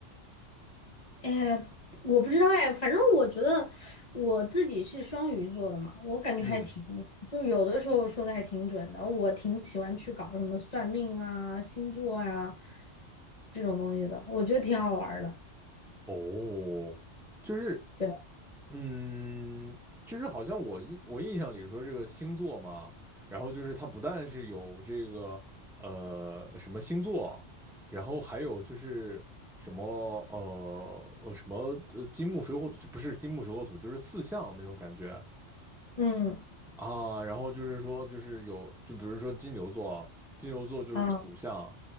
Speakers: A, on the left (about 40°); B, in the centre.
A: 哎，我不知道哎，反正我觉得我自己是双鱼座的嘛，我感觉还挺，
B: 嗯，
A: 就有的时候说的还挺准的。我挺喜欢去搞什么算命啊、星座啊这种东西的，我觉得挺好玩儿的。
B: 哦，就是
A: 对，
B: 嗯，就是好像我印我印象里说这个星座嘛，然后就是它不但是有这个呃什么星座，然后还有就是什么呃呃什么呃金木水火土，就不是金木水火土，就是四象那种感觉。
A: 嗯，
B: 啊，然后就是说，就是有，就比如说金牛座啊，金牛座就是土象，
A: 啊，